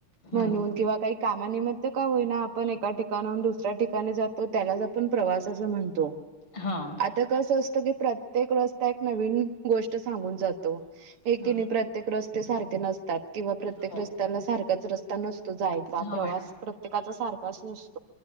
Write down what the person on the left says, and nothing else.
हम्म
हा
हा
हो
हो
मॅडम